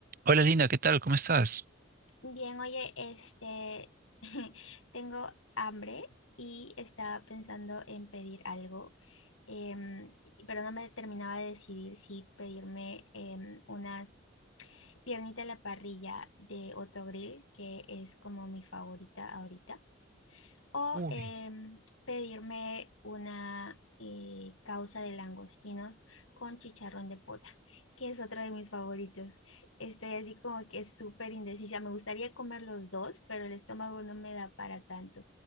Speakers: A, on the right; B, on the left.
A: Hola Linda, ¿qué tal? ¿Cómo estás?
B: Bien, oye, este, <laughs> tengo hambre y estaba pensando en pedir algo, em, pero no me terminaba de decidir si pedirme em, unas piernitas a la parrilla de Otto Grill, que es como mi favorita ahorita, o
A: Uy.
B: em, pedirme una eh, causa de langostinos con chicharrón de pota, que es otro de mis favoritos. Estoy así como que súper indecisa. Me gustaría comer los dos, pero el estómago no me da para tanto.